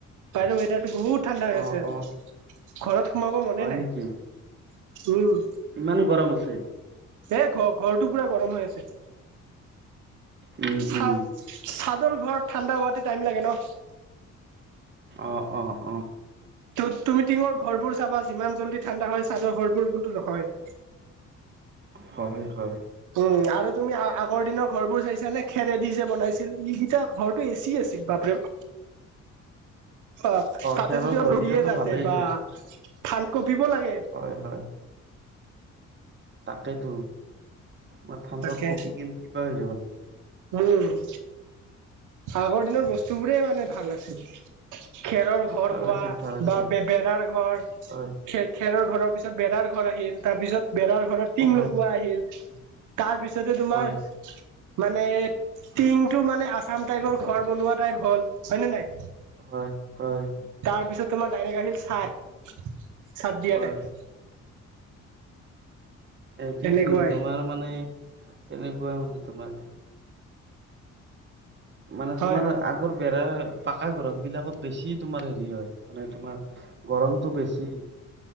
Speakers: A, on the right; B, on the right.
A: বাহিৰৰ ৱেডাৰটো বহুত ঠাণ্ডা হৈ
B: অ'
A: আছে আজি।
B: অ'
A: ঘৰত সোমাব মনে
B: হয়
A: নাই
B: নেকি?
A: উম।
B: ইমান গৰম আছে।
A: এ ঘৰ- ঘৰটো পুৰা গৰম হৈ আছে।
B: উম
A: চাদ-
B: উম
A: চাদৰ ঘৰত ঠাণ্ডা হোৱাতে টাইম লাগে ন'।
B: অ', অ', অ',
A: ত' তুমি টিঙৰ ঘৰবোৰ চাবা যিমান জল্দি ঠাণ্ডা হয় চাদৰ ঘৰবোৰ কিন্তু নহয়।
B: <inaudible> হয়-হয়।
A: উম আৰু তুমি আগৰ দিনৰ ঘৰবোৰ চাইছা নে খেৰেদি যে বনাইছিল ইগিতা ঘৰটো এচি আছিল বাপৰে <unintelligible> অ, তাতে
B: খেৰৰ
A: যদি
B: ঘৰকেইটাতো
A: অলপ দি দিয়ে তাতে
B: ভালেই
A: বা থান কঁপিব লাগে।
B: হয়-হয় তাকেতো মই ঠাণ্ডাত
A: তাকে
B: কপি কিনে কিবা হৈ যাব লাগে।
A: উম, আগৰ দিনৰ বস্তু বোৰে মানে ভাল আছিল খেৰৰ ঘৰ
B: ভাল
A: কোৱা
B: আছিল ভাল আছিল
A: বা বে -বেৰাৰ ঘৰ
B: হয়।
A: খে খেৰৰ ঘৰৰ পিছত বেৰাৰ ঘৰ আহিল তাৰ পিছত বেৰৰ ঘৰত টিং
B: হয়
A: লগোৱা
B: হয়
A: আহিল তাৰ পিছতে তোমাৰ
B: হয়
A: মানে টিং টো মানে আছাম টাইপৰ ঘৰ বনোৱা টাইপ হ'ল হয় নে নাই?
B: হয় হয়
A: তাৰপিছত তোমাৰ ডাইৰেক্ট আহিল চাত-চাদ দিয়া
B: হয়
A: টাইপ
B: এ তুইতো
A: তেনেকুৱাই
B: তোমাৰ মানে তেনেকুৱা মানে তোমাৰ। মানে
A: হয়
B: তোমাৰ
A: হয়
B: আগৰ বেৰা পাকা ঘৰসবিলাকত বেছি তোমাৰ হেৰি হয় মানে তোমাৰ গৰমটো বেছি।